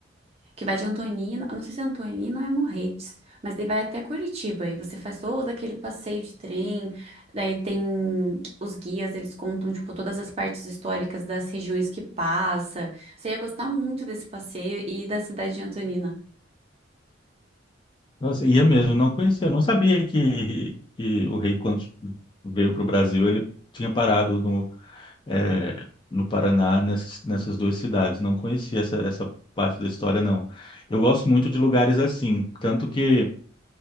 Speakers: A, on the right; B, on the left.
A: que vai de Antonina, eu não sei se é Antonina ou é Morretes, mas daí vai até Curitiba e você faz todo aquele passeio de trem. Daí tem os guias, eles contam tipo todas as partes históricas das regiões que passa. Você ia gostar muito desse passeio e da cidade de Antonina.
B: Nossa, ia mesmo, não conhecia, não sabia que, que o rei, quando veio para o Brasil, ele tinha parado no, é, no Paraná, nessas, nessas duas cidades. Não conhecia essa, essa parte da história, não. Eu gosto muito de lugares assim, tanto que.